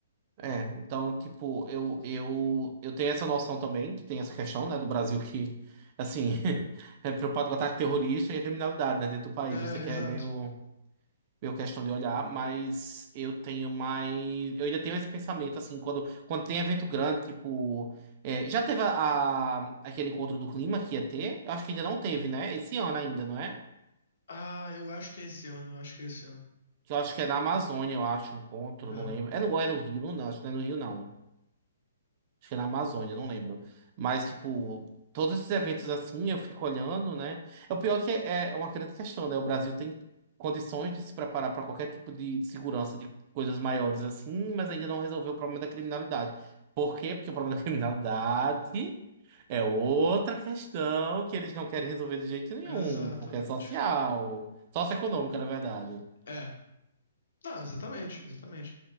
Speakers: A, on the right; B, on the left.
A: É, então, tipo, eu, eu, eu tenho essa noção também, que tem essa questão, né, do Brasil que, assim, <laughs> é preocupado com ataque terrorista e a criminalidade, né, dentro do país.
B: É,
A: Eu sei que
B: exato.
A: é meio, meio questão de olhar, mas eu tenho mais. Eu ainda tenho esse pensamento, assim, quando, quando tem evento grande, tipo. é, já teve a, a- aquele encontro do clima que ia ter? Eu acho que ainda não teve, né? Esse ano ainda, não é?
B: Ah, eu acho que é esse ano, eu acho que é esse ano.
A: Que eu acho que é na Amazônia, eu acho, o encontro,
B: É,
A: não lembro. É no, é no Rio, não, acho que não é no Rio, não. Acho que é na Amazônia, não lembro. Mas, tipo, todos esses eventos assim, eu fico olhando, né? É o pior que é é uma grande questão, né? O Brasil tem condições de se preparar para qualquer tipo de segurança de coisas maiores assim, mas ainda não resolveu o problema da criminalidade. Por quê? Porque o problema da criminalidade é outra questão que eles não querem resolver de jeito nenhum,
B: exatamente.
A: porque é social, socioeconômica, na verdade.
B: É. Não, exatamente, exatamente.